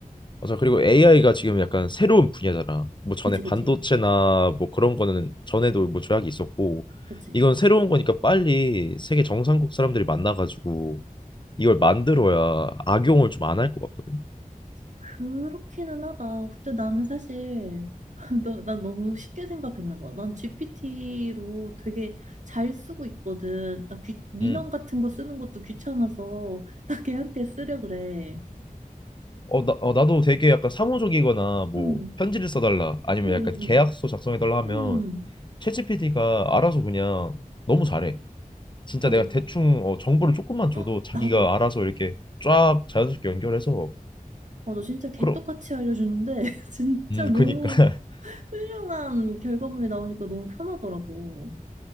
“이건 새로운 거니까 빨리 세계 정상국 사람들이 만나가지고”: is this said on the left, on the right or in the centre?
Left